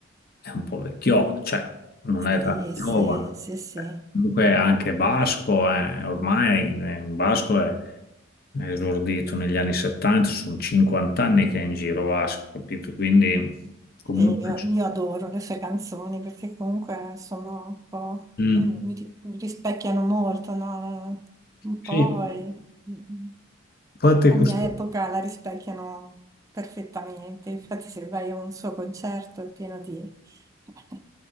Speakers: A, on the left; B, on the right.
A: è un po' vecchio, cioè non
B: sì,
A: è tanto giovane.
B: sì, sì,
A: Comunque anche Vasco è, ormai eh, Vasco è,
B: sì.
A: è esordito negli anni 70, sono 50 anni che è in giro Vasco, capito? Quindi comunque...
B: Sì, io, io adoro le sue canzoni perché comunque sono un po',
A: Mm.
B: eh, mi, ri- mi rispecchiano molto, no? Un po'
A: Sì,
B: e- mm,
A: infatti
B: la
A: questo...
B: mia epoca la rispecchiano perfettamente, infatti se vai a un suo concerto è pieno di, <laughs>